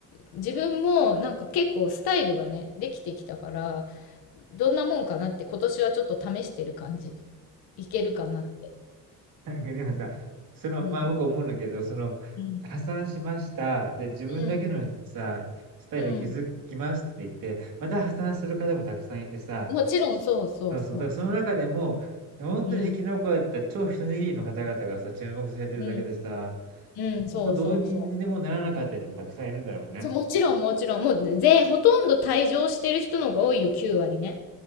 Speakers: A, on the left; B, on the right.
A: 自分もなんか結構スタイルがね、できてきたから、どんなもんかなって今年はちょっと試してる感じ。いけるかなって。
B: <laughs> なんかでもさ、その、
A: うん。
B: まあ僕思うんだけど、その、
A: うん。
B: 破産しました。で、自分だけのさ、
A: うん。
B: スタイルを築きますって言って、
A: うん。うん。
B: また破産する方もたくさんいてさ、
A: もちろん、そうそうそうそ
B: そうそう、だからその中でも、本当に生き残った超一握りの方々がさ、
A: う。うん。
B: 注目されてるだけでさ、
A: うん。うん。
B: 本当どうにでもならなかった人もたくさんいるんだろうね。
A: そうそうそう。そう、もちろんもちろん、もう全、ほとんど退場してる人の方が多いよ、9割ね。